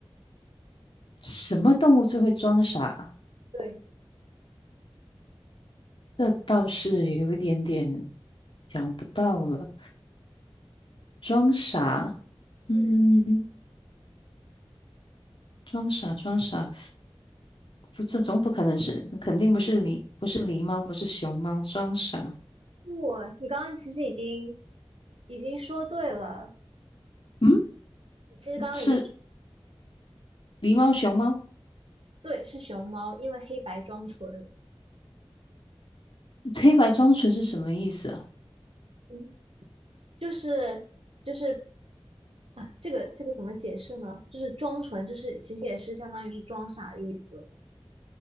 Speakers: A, on the left; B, on the right.
A: 什么动物最会装傻？
B: 对，
A: 这倒是有一点点想不到了。装傻，嗯，
B: 嗯，
A: 装傻，装傻，不，这总不可能是，肯定不是狸，不是狸猫，不是熊猫，装傻，
B: 不，你刚刚其实已经已经说对了，
A: 嗯，
B: 你其实刚刚已经
A: 是狸猫、熊猫，
B: 对是熊猫，因为黑白装纯，
A: 黑白装纯是什么意思啊？
B: 嗯，就是就是啊，这个这个怎么解释呢？就是装纯，就是其实也是相当于是装傻的意思。